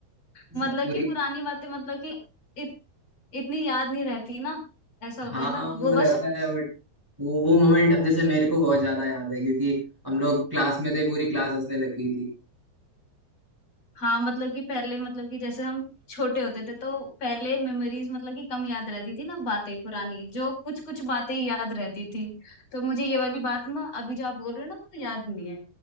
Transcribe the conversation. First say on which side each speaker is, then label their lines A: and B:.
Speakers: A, on the left; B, in the centre.
A: मतलब
B: सब पूरी
A: कि पुरानी बातें मतलब कि इत, इतनी याद नहीं रहती ना ऐसा
B: हाँ
A: होता है ना
B: वो
A: वो बस
B: रहता है बट वो वो मोमेंट अब जैसे मेरे को बहुत ज्यादा याद है क्योंकि हम लोग क्लास में थे पूरी क्लास हंसने लग गई थी
A: हाँ मतलब कि पहले मतलब कि जैसे हम छोटे होते थे तो पहले मेमोरीज मतलब कि कम याद रहती थी ना बातें पुरानी जो कुछ कुछ बातें ही याद रहती थी तो मुझे ये वाली बात ना अभी जो आप बोल रहे हो ना वो याद नहीं है